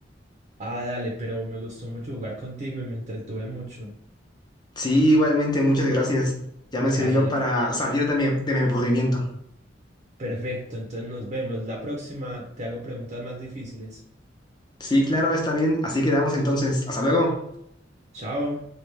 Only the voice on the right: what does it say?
Ah, dale, pero me gustó mucho jugar contigo y me entretuve mucho.
Dale,
la-
perfecto, entonces nos vemos. La próxima te hago preguntas más difíciles.
Chao.